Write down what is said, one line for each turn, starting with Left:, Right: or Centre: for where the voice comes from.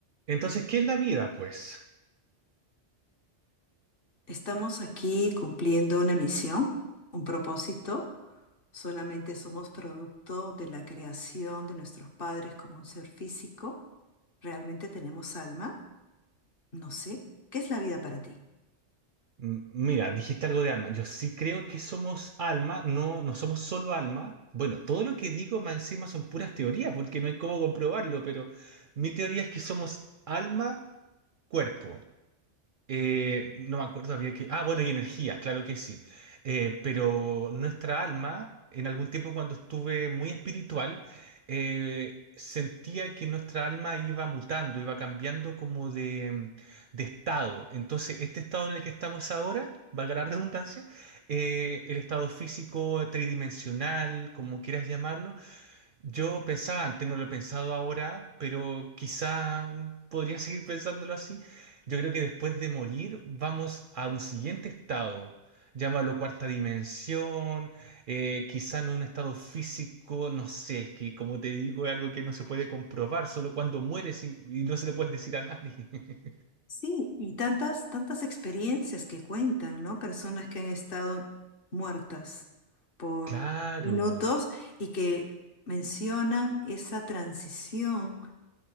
Right: Entonces, ¿qué es la vida, pues?
Left: Estamos aquí cumpliendo una misión, un propósito. Solamente somos producto de la creación de nuestros padres como un ser físico. ¿Realmente tenemos alma? No sé. ¿Qué es la vida para ti?
Right: M- Mira, dijiste algo de alma. Yo sí creo que somos alma, no, no somos solo alma. Bueno, todo lo que digo más encima son puras teorías, porque no hay cómo comprobarlo, pero mi teoría es que somos alma, cuerpo. Eh, no me acuerdo, había que... Ah, bueno, y energía, claro que sí. Eh, pero nuestra alma, en algún tiempo cuando estuve muy espiritual, eh, sentía que nuestra alma iba mutando, iba cambiando como de, de estado. Entonces, este estado en el que estamos ahora, valga la redundancia, eh, el estado físico tridimensional, como quieras llamarlo, yo pensaba antes, no lo he pensado ahora, pero quizá podría <laughs> seguir pensándolo así. Yo creo que después de morir vamos a un siguiente estado. Llámalo cuarta dimensión, eh, quizá no un estado físico, no sé, es que como te digo es algo que no se puede comprobar, solo cuando mueres y, y no se le puedes decir a nadie. <laughs>
Left: Sí, y tantas, tantas experiencias que cuentan, ¿no? Personas que han estado muertas por
Right: Claro.
Left: minutos y que mencionan esa transición